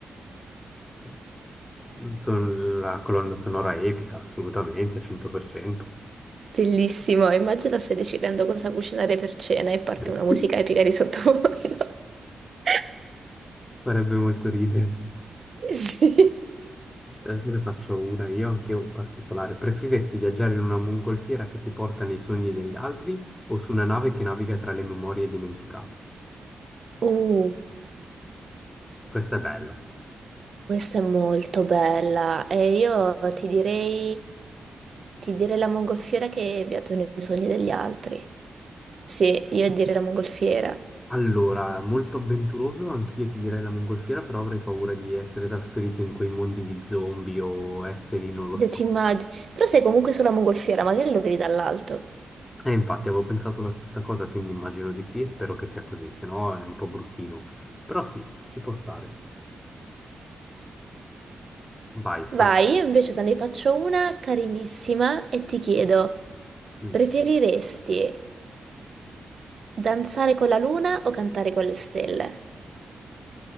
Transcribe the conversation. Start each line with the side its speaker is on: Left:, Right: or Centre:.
Left: S- Sono la colonna sonora epica, assolutamente, 100%.
Right: Bellissimo, immagina stai decidendo cosa cucinare per cena e parte
Left: <laughs>
Right: una musica epica di sottofondo. <laughs>
Left: Farebbe molto ridere.
Right: Sì.
Left: Adesso ne faccio una io, anch'io particolare. Preferiresti viaggiare in una mongolfiera che ti porta nei sogni degli altri o su una nave che naviga tra le memorie dimenticate?
Right: Uh,
Left: Questa è bella.
Right: questa è molto bella e io ti direi, ti direi la mongolfiera che viaggia nei sogni degli altri. Sì, io direi la mongolfiera.
Left: Allora, molto avventuroso, anch'io ti direi la mongolfiera, però avrei paura di essere trasferito in quei mondi di zombie o esseri, non lo
Right: Io
Left: so.
Right: ti immagino. Però sei comunque sulla mongolfiera, magari lo vedi dall'alto.
Left: E infatti avevo pensato la stessa cosa, quindi immagino di sì e spero che sia così, se no è un po' bruttino. Però sì, ci può stare. Vai, fammi...
Right: Vai, io invece te ne faccio una carinissima e ti chiedo,
Left: mm,
Right: preferiresti danzare con la luna o cantare con le stelle?